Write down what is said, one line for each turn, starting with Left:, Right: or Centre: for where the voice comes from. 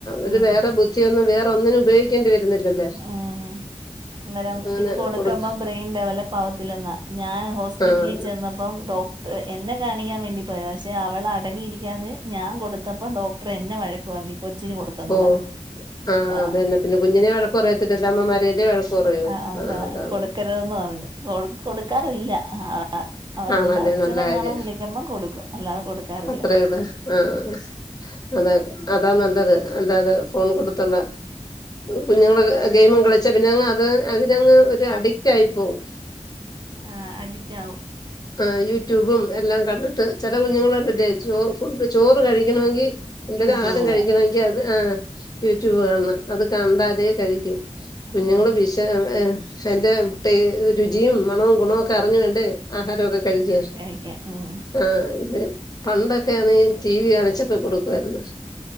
Right: ഉം
Left: ഒരു വേറെ ബുദ്ധിയൊന്നും വേറെ ഒന്നിനും ഉപയോഗിക്കേണ്ടി വരുന്നില്ലല്ലേ.
Right: ഉം. അന്നേരം
Left: അങ്ങനെ
Right: ഇത് കൊടുക്കുമ്പോ
Left: കൊടു
Right: ബ്രെയിൻ ഡെവലപ്പ് ആവത്തില്ലെന്നാ ഞാൻ ഹോസ്പിറ്റലിൽ
Left: ആഹ്
Right: ചെന്നപ്പോ അപ്പം ഡോക്ടർ എന്നെ കാണിക്കാൻ വേണ്ടിപ്പോയ പക്ഷെ അവള് അടങ്ങിയിരിക്കാന്ന് ഞാൻ കൊടുത്തു. ത്തപ്പം ഡോക്ടറെ എന്നെ വഴക്ക് പറഞ്ഞു കൊച്ചിന് കൊടുത്തന്ന്
Left: ഓഹ്
Right: പറഞ്ഞ്
Left: ആഹ്
Right: ആ
Left: അതന്നെ പിന്നെ കുഞ്ഞിനെ കുറയത്തില്ലല്ലോ അമ്മമാരല്ല വഴക്ക് പറയു
Right: ആഹ് അതാ
Left: ആ അതാണ്-
Right: കൊടുക്കരുതെന്ന് പറഞ്ഞ് കൊട് കൊടുക്കാറില്ല അവളുടെ
Left: ആഹ അതെ
Right: അച്ഛനെങ്ങാനും
Left: നല്ല കാര്യം
Right: വിളിക്കുമ്പം കൊടുക്കും അല്ലാതെ കൊടുക്കാറില്ല
Left: അത്രയതെ ആഹ അത് അതാ നല്ലത് അല്ലാതെ ഫോൺ കൊടുത്തുള്ള കുഞ്ഞുങ്ങള് ഗെയിമം കളിച്ച് പിന്നെങ്ങ് അത് അതിനങ്ങ് ഒരു അഡിക്റ്റ് ആയി പോകും.
Right: ആഹ അഡിറ്റ് ആകും.
Left: ആഹ യൂട്യൂബും എല്ലാം കണ്ടിട്ട് ചില കുഞ്ഞുങ്ങള കണ്ടിട്ടേ ചോ ഫുഡ് ചോറ് കഴിക്കണമെങ്കിൽ എന്തെങ്കിലും
Right: യൂട്യൂബ്
Left: ആഹാരം കഴിക്കണെങ്കിൽ
Right: കാണും
Left: അത് ആ യൂട്യൂബ് കാണണം അത് കണ്ടാലേ കഴിക്കു. കുഞ്ഞുങ്ങള്
Right: ഉം
Left: വിശ എന്റെ പേ രുചിയും മണവും ഗുണവും ഒക്കെ അറിഞ്ഞു വേണ്ടേ- ആഹാരമൊക്കെ കഴിക്കാൻ
Right: കഴിക്കാൻ ഉം
Left: ആഹ ഇത് പണ്ടൊക്കെ നീ ടി വി കാണിച്ചൊക്കെ കൊടുക്കുവായിരുന്നു.